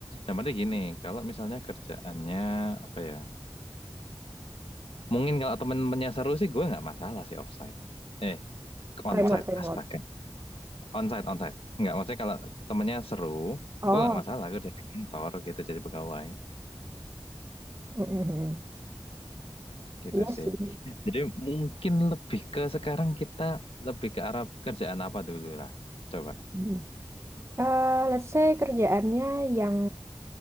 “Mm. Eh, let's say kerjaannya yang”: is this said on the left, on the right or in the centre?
Right